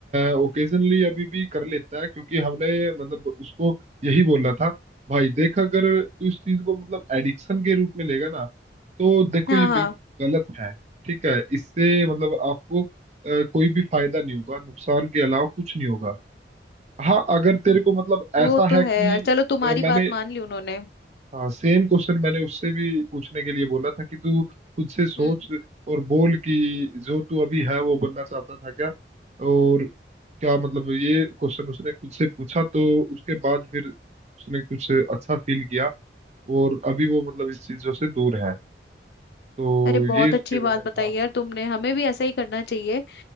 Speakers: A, on the right; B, on the left.
A: ओकेजनली अभी भी कर लेता है क्योंकि हमने मतलब उसको यही बोला था भाई देख अगर तू इस चीज को मतलब एडिक्शन के रूप में लेगा ना तो देखो
B: हाँ
A: ये बिल्कुल
B: हाँ
A: गलत है ठीक है इससे मतलब आपको अ, कोई भी फायदा नहीं होगा नुकसान के अलावा कुछ नहीं होगा हाँ अगर तेरे को मतलब ऐसा
B: वो तो
A: है कि
B: है यार चलो तुम्हारी
A: अ,
B: बात
A: मैंने
B: मान ली उन्होंने
A: हाँ सेम क्वेश्चन मैंने उससे भी पूछने के लिए बोला था कि तू खुद से सोच
B: हम्म
A: और बोल कि जो तू अभी है वो बनना चाहता था क्या और क्या मतलब ये क्वेश्चन उसने खुद से पूछा तो उसके बाद फिर उसने कुछ अच्छा फील किया और अभी वो मतलब इस चीजों से दूर है तो
B: अरे बहुत
A: ये इसके
B: अच्छी
A: मैंने
B: बात
A: हाँ
B: बताई यार तुमने हमें भी ऐसा ही करना चाहिए